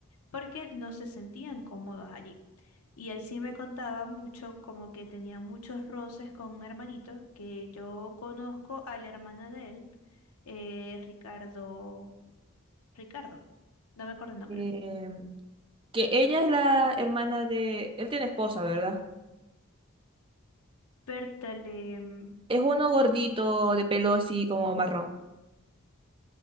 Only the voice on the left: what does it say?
porque no se sentían cómodos allí. Y él sí me contaba mucho, como que tenía muchos roces con un hermanito, que yo conozco a la hermana de él, eh, Ricardo, Ricardo, no me acuerdo el nombre.
pértale mm,